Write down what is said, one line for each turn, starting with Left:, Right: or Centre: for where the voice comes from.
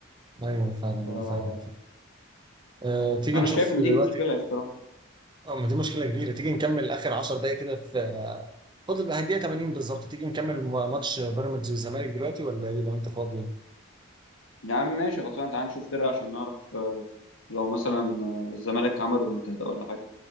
Right: ايوه فعلا انا
Left: فانا
Right: فاهم أه تيجي نشوف
Left: شايف ان
Right: دلوقتي
Left: دي مشكله الصراحه
Right: اه ما دي مشكلة كبيرة تيجي نكمل آخر 10 دقايق كده في آه، فاضل بقى الدقيقة 80 بالظبط تيجي نكمل ماتش بيراميدز والزمالك دلوقتي ولا ايه لو انت فاضي
Left: يا عم ماشي خلصنا تعال نشوف كده عشان نعرف آه، لو مثلا آه، الزمالك عمل منتدى ولا حاجه